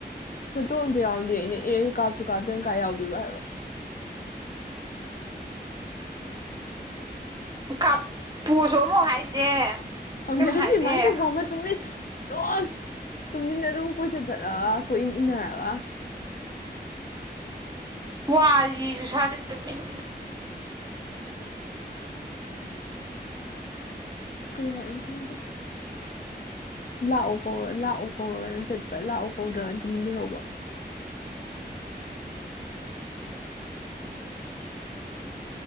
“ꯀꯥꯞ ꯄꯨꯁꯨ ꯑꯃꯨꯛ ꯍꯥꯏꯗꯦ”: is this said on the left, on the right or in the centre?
Right